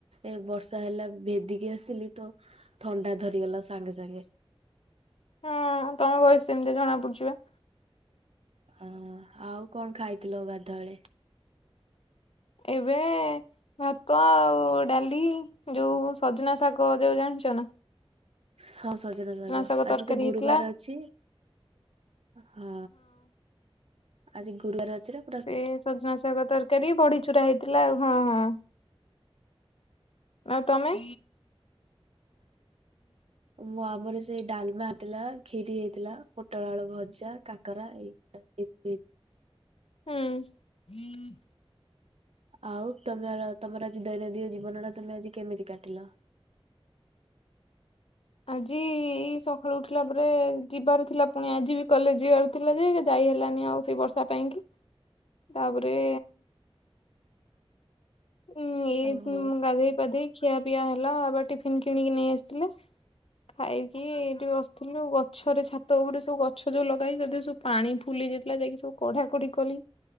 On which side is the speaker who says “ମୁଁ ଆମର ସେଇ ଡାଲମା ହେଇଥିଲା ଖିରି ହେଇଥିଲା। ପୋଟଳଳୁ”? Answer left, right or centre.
Right